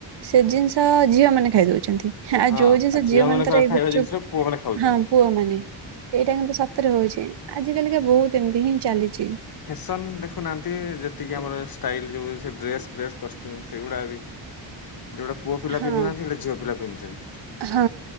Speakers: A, on the right; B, on the left.
A: ସେ ଜିନିଷ ଝିଅ ମାନେ ଖାଇଦଉଛନ୍ତି। ଆଉ
B: ହଁ
A: ଯୋଉ ଜିନଷ
B: ଆଉ
A: ଝିଅ ମାନେ
B: ମାନଙ୍କର
A: ତାର ଏଇ
B: ଖାଇବା
A: ଗୁପ୍
B: ଜିନିଷ
A: ଚୁପ୍
B: ପୁଅ ମାନେ ଖାଉଛନ୍ତି।
A: ହଁ ପୁଅ ମାନେ। ଏଇଟା କିନ୍ତୁ ସତରେ ହଉଛି ଆଜି କାଲିକା ବହୁତ ଏମିତି ହିଁ ଚାଲିଛି।
B: ଫ୍ୟାସନ୍ ଦେଖୁନାହାନ୍ତି ଯେତିକି ଆମର ଷ୍ଟାଇଲ ଯେଉଁ ସେ ଡ୍ରେସ୍ ଫ୍ରେସ୍ କଷ୍ଟ୍ୟୁମ୍ ସେଗୁଡ଼ା ବି ଯୋଉଟା ପୁଅ ପିଲା
A: ହଁ
B: ପିନ୍ଧୁନାହାନ୍ତି ସେଇଟେ ଝିଅ ପିଲା ପିନ୍ଧୁଛନ୍ତି।
A: ହଁ